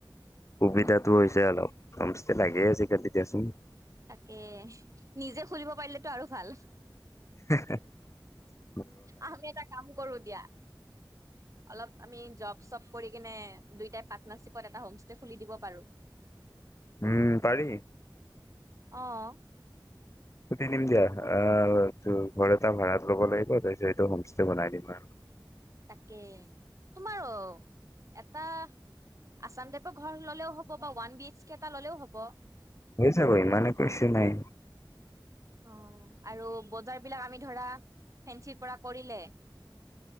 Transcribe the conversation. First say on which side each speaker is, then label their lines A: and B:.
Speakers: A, on the left (about 35°); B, on the right (about 40°).
A: উবিধাতো
B: অ
A: হৈছে অলপ হম চেলাই গে আছে কাটি দিয়াছোন।
B: তাকে, নিজে খুলিব পাৰিলেতো আৰু ভাল।
A: <unintelligible>
B: আমি এটা কাম কৰো দিয়া। অলপ আমি জব-চব কৰি কিনে দুইটাই পাৰ্টনাৰশ্বিপত এটা হোমষ্টে খুলি দিব পাৰো।
A: উম, পাৰি।
B: অঅ।
A: সুধি দিম দিয়া। আহ ত ঘৰ এটা ভাড়াত ল'ব লাগিব। তাৰপিছত এইটো হোম ষ্টে বনাই দিম আৰু।
B: তাকে, তোমাৰ অ এটা আছাম টাইপৰ ঘৰ ললেও হ'ব বা ওৱান বি এইচ কে এটা ললেও হ'ব।
A: হৈ যাব ইমানে কছো নাই
B: অ আৰু বজাৰ বিলাক আমি ধৰা ফেঞ্চিৰ পৰা কৰিলে